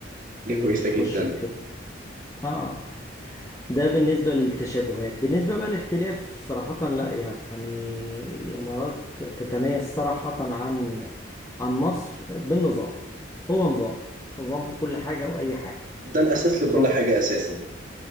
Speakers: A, on the right; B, on the left.
A: حاجة
B: اللي
A: كويسة
B: انتوا تخشوا
A: جدا
B: كده اه ده بالنسبة للتشابهات بالنسبة بقى للاختلاف صراحة لا يعني الإمارات تتميز صراحة عن عن مصر بالنظام هو نظام نظام في كل حاجة وأي حاجة
A: ده الأساس لكل
B: نظام
A: حاجة
B: في
A: أساسا